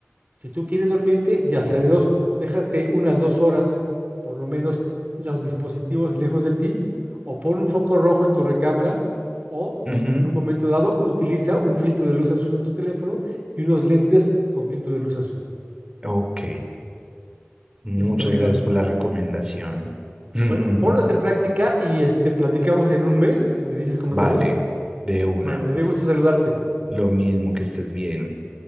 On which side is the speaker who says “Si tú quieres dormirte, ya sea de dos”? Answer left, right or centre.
Right